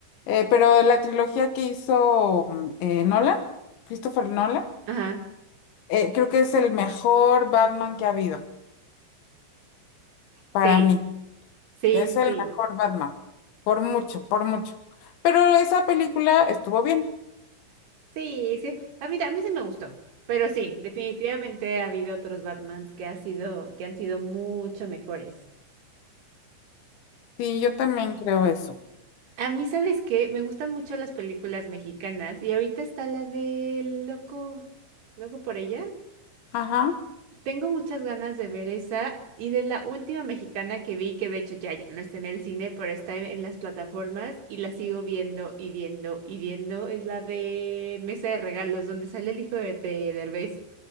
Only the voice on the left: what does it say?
Eh, pero la trilogía que hizo mm, eh, Nolan, Christopher Nolan,
eh, creo que es el mejor Batman que ha habido para
mí.
Es
el
mejor Batman, por mucho, por mucho. Pero esa película estuvo bien.
Sí, yo también creo eso.
Ajá.